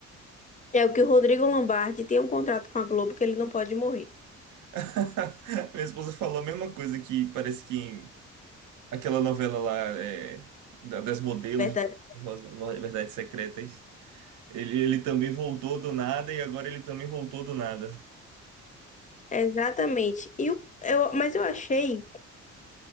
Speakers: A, on the left; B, on the right.
A: É o que o Rodrigo Lombardi tem um contrato com a Globo que ele não pode morrer.
B: <laughs> Minha esposa falou a mesma coisa que parece que aquela novela lá é, da- das modelos,
A: Verdade.
B: Verdades Secretas. Ele, ele também voltou do nada e agora ele também voltou do nada.
A: Exatamente. E o- eu, mas eu achei